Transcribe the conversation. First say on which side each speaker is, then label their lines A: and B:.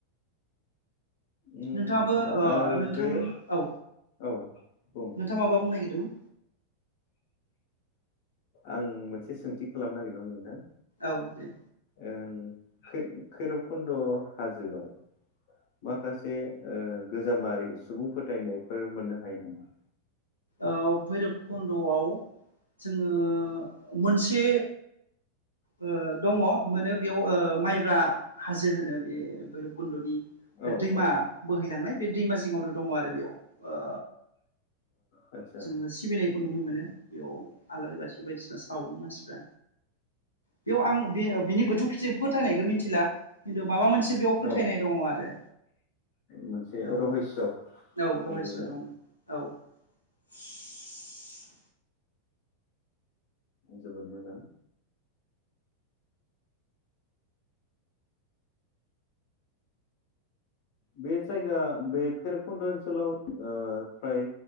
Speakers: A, on the left; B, on the left.
A: उम
B: नोंथाङाबो ओ नोंथां
A: बेयो
B: औ
A: औ बुं
B: नोंथाङा माबा बुंनो नागिरदोंमोन?
A: आं मोनसे सोंथि खालामनो नागिरदोंमोन नोंथां?
B: औ दे।
A: ओं, खै-खैरबकुन्द' हाजोयाव माखासे ओ गोजामारि सुबुं फोथायनायफोर मोननो हायो नामा?
B: औ भैरब कुन द'याव जोङो मोनस से ओ दङ, मोनो बेयाव ओ माइब्रा हाजो होनो बे भैरबकुन्दनि
A: औ
B: दैमा
A: औ ओ
B: बोहैलांनाय बे दैमा जिङावनो दङ आरो बेयाव। ओ
A: आदसा
B: जोङो सिबिनाय खौ नुनो मोनो। बेयाव आलारि बाथि बायदिसिना सावो मानसिफ्रा। बेयाव आं बे ओ बिनि गोथौ फिथि-फोथायनायखौ मिन्थिला खिन्थु माबा मोनसे बेयाव फोथायनाय
A: औ
B: दङ आरो।
A: मोनसे
B: औ
A: रहस्य
B: औ,
A: बायदिनो
B: रहस्य दं औ। <inaudible>
A: जोबोद मोजां। बे जायगा बे खैरबखुन्द' ओनसोलाव ओ फ्राय